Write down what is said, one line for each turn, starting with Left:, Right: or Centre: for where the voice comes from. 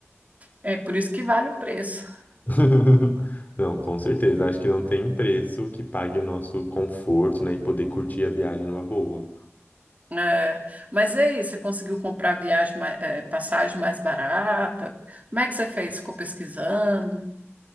Right: é por isso que vale o preço.
Left: <laughs> Não, com certeza. Acho que não tem preço que pague o nosso conforto, né? E poder curtir a viagem numa boa.
Right: É, mas e aí, você conseguiu comprar viagem, ma- eh, passagem mais barata? Como é que você fez? Ficou pesquisando?